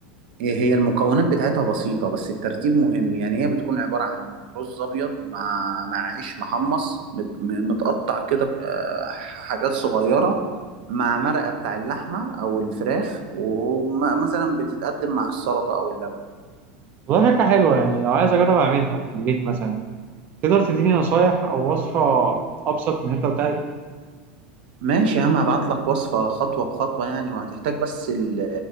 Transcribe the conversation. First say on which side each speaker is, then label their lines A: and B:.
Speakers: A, on the right (about 80°); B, on the right (about 40°).
A: هي المكونات بتاعتها بسيطة بس الترتيب مهم يعني هي بتكون عبارة عن رز أبيض مع مع عيش محمص مت- م- متقطع كده آه، حاجات صغيرة مع مرقة بتاع اللحمة أو الفراخ ومثلا بتتقدم مع السلطة أو اللبن
B: والله شكلها حلوة يعني لو عايز أجرب أعملها في البيت مثلا تقدر تديني نصايح أو وصفة أبسط من اللي أنت قلتها دي؟
A: ماشي يا عم هبعت لك وصفة خطوة بخطوة يعني وهتحتاج بس ال-